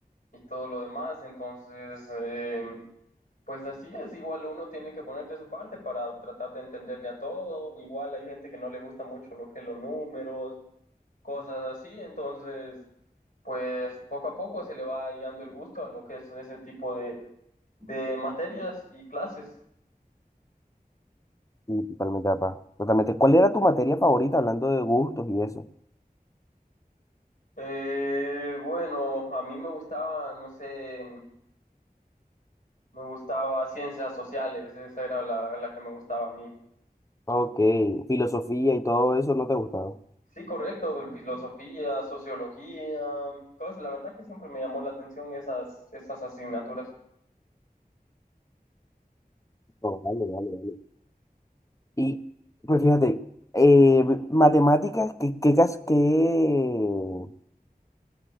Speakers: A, on the left; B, on the left.
A: y todo lo demás, entonces eh, pues así es, igual uno tiene que poner de su parte para tratar de entenderle a todo, igual hay gente que no le gusta mucho lo que es los números, cosas así, entonces pues poco a poco se le va hallando el gusto a lo que es ese tipo de, de materias y clases.
B: Sí, totalmente, papá. Totalmente. ¿Cuál era tu materia favorita hablando de gustos y eso?
A: Eh, bueno, a mí me gustaba, no sé, Me gustaba ciencias sociales, esa era la, la que me gustaba a mí.
B: Ok, filosofía y todo eso no te gustaba.
A: Sí, correcto, filosofía, sociología, cosas, la verdad que siempre me llamó la atención esas, esas asignaturas.
B: No, vale, vale, vale. Y pues fíjate, eh, matemáticas, qué, qué, cas- qué-